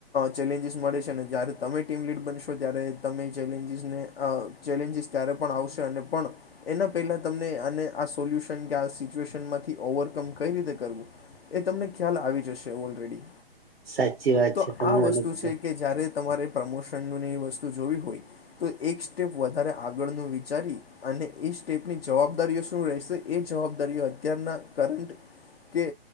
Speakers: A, on the left; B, on the right.
A: ચેલેન્જીસ મળે છે ને જ્યારે તમે ટીમ લીડ બનશો ત્યારે તમે એ ચેલેન્જીસને અ ચેલેન્જીસ ત્યારે પણ આવશે અને પણ એના પહેલા તમને અને આ સોલ્યુશન કે આ સિચ્યુએશન માંથી ઓવરકમ કઈ રીતે કરવું એ તમને ખ્યાલ આવી જશે ઓલરેડી.
B: સાચી વાત
A: તો
B: છે તમે
A: આ
B: મને
A: વસ્તુ
B: કીધૂ
A: છે કે જયારે તમારે પ્રમોશનનું એ વસ્તુ જોવી હોય તો એક સ્ટેપ વધારે આગળનું વિચારી અને એ સ્ટેપની જવાબદારીઓ શું રહેશે એ જવાબદારીઓ અત્યારના કરંટ કે